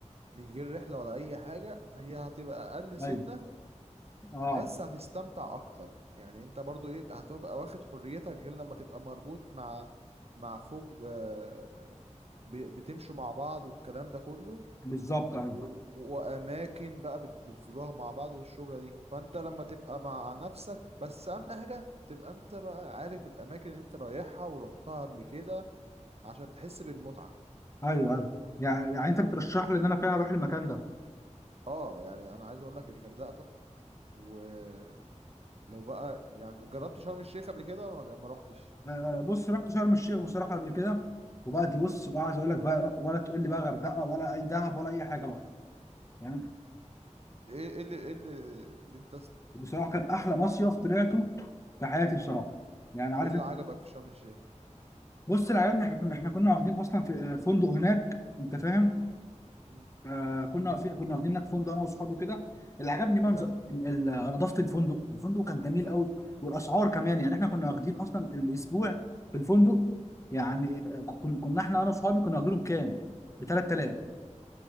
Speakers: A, on the right (about 55°); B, on the left (about 25°).
A: من غير رحلة ولا اي حاجة هي هتبقى اقل سنة
B: ايوه اه
A: بس هتستمتع اكتر يعني انت برضو ايه هتبقى واخد حريتك غير لما تبقى مربوط مع مع فوج آه، ب- بتمشوا مع بعض والكلام ده كله
B: بالظبط ايوه
A: و... واماكن بقى بت... بتزوروها مع بعض والشغله دي فانت لما تبقى مع نفسك بس اهم حاجه تبقى انت بقى عارف الاماكن اللي انت رايحها ورحتها قبل كده عشان تحس بالمتعه
B: ايوه ايوه يعني يعني انت بترشح لي ان انا فعلا اروح المكان ده
A: اه يعني انا عايز اقول لك الغردقه تحفه ولو بقى يعني جربت شرم الشيخ قبل كده ولا ما ما رحتش
B: آه، بص رحت شرم الشيخ بصراحه قبل كده وبقى دي بص
A: امم
B: بقى عايز اقول لك بقى ولا تقول لي بقى غردقه ولا اي دهب ولا اي حاجه بقى فاهم
A: ايه إيه اللي ايه اللي, اللي انت است...
B: بصراحه كان احلى مصيف طلعته في حياتي بصراحه يعني عارف
A: ايه اللي
B: انت
A: عجبك في شرم الشيخ
B: بص اللي عجبني احنا كنا احنا كنا واخدين اصلا في آه، فندق هناك انت فاهم
A: امم امم
B: آه كنا في كنا واخدين هناك فندق انا واصحابي كده اللي عجبني منظر
A: حلو
B: ال- ال- نظافه الفندق الفندق كان جميل قوي والاسعار كمان يعني احنا كنا واخدين اصلا الاسبوع في الفندق يعني
A: امم
B: آه، كن- كنا احنا انا واصحابي كنا واخدينهم كام ب 3000